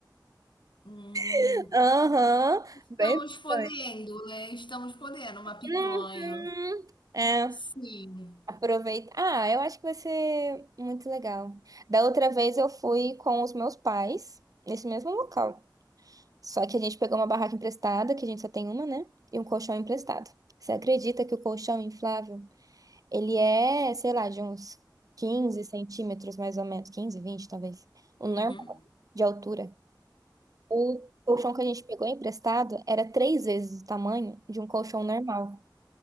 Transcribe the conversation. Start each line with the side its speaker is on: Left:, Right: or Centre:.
Left: Hum,
Right: <laughs> Aham,
Left: estamos
Right: bem picanha.
Left: podendo, né? Estamos podendo uma picanha.
Right: Hum, uhum. É,
Left: Sim.
Right: aproveita. Ah, eu acho que vai ser muito legal. Da outra vez eu fui com os meus pais, nesse mesmo local. Só que a gente pegou uma barraca emprestada, que a gente só tem uma, né? E um colchão emprestado. Você acredita que o colchão inflável, ele é, sei lá, de uns 15 centímetros, mais ou menos, 15, 20 talvez, o normal
Left: Uhum.
Right: de altura. O colchão que a gente pegou emprestado era três vezes o tamanho de um colchão normal.